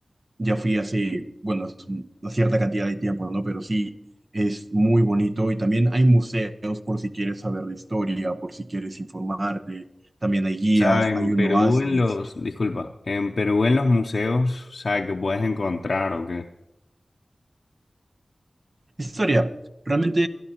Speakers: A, on the right (about 50°); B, on the left (about 65°).
A: ya fui hace, bueno, es un- una cierta cantidad de tiempo, ¿no? Pero sí, es muy bonito y también hay museos por si quieres saber de historia, por si quieres informarte, también hay guías,
B: O sea, en
A: hay
B: Perú,
A: un oasis.
B: en los, disculpa, en Perú, en los museos, o sea, que puedes encontrar o qué?
A: Historia. Realmente